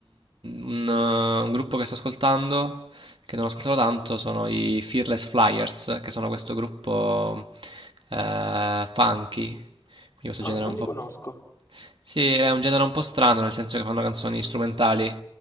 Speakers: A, on the right (about 75°); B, on the left (about 35°).
A: un, un gruppo che sto ascoltando che non ascolterò tanto sono i Fearless Flyers, che sono questo gruppo eh, funky, quindi questo
B: Ah,
A: genere
B: non
A: un
B: li
A: po'...
B: conosco.
A: Sì, è un genere un po' strano, nel senso che fanno canzoni strumentali, eh,